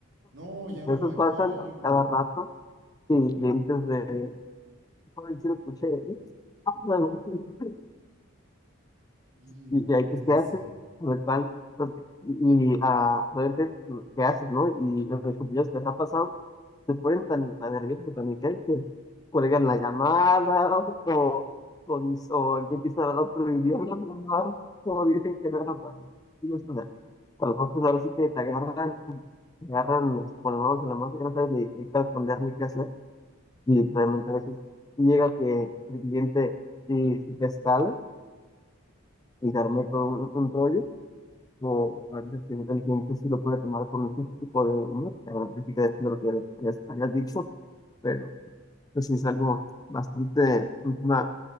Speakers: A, on the right; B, on the left.
A: no, ya
B: Esos
A: me imagino.
B: pasan cada rato y clientes de, "Ay, sí lo escuché, ¿eh? Ah, bueno, <laughs>
A: Y
B: y
A: no
B: que
A: puede
B: ahí pues qué haces,
A: ser.
B: sobre cuál, y, y, ah, realmente qué haces, ¿no? Y los compañeros que les ha pasado se ponen tan, tan nerviosos, tan intensos, que cuelgan la llamada <laughs> o, o, o, dis- o empiezan a hablar otro idioma, <laughs> ¿no? o dicen que no era para ellos. Y esto, o sea, a los otros ahora sí que te agarran, te agarran este, con las manos en la masa, que no sabes ni, ni qué responder ni qué hacer, y realmente a veces llega que el cliente y, y te escala y te arme con un rollo o a veces que el cliente sí lo puede tomar por muchos tipo de música, música depende de lo que hayas, hayas dicho, pero pues sí es algo bastante, un tema